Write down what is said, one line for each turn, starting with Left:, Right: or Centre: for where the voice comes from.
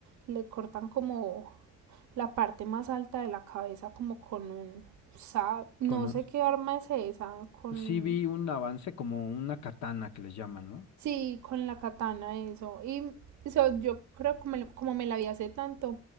Right: le cortan como la parte más alta de la cabeza, como con un sab, no
Left: Con un...
Right: sé qué arma es esa, con
Left: Sí vi un avance como una katana que les llaman, ¿no?
Right: sí, con la katana, eso. Y so, yo creo como, me- como me la vi hace tanto,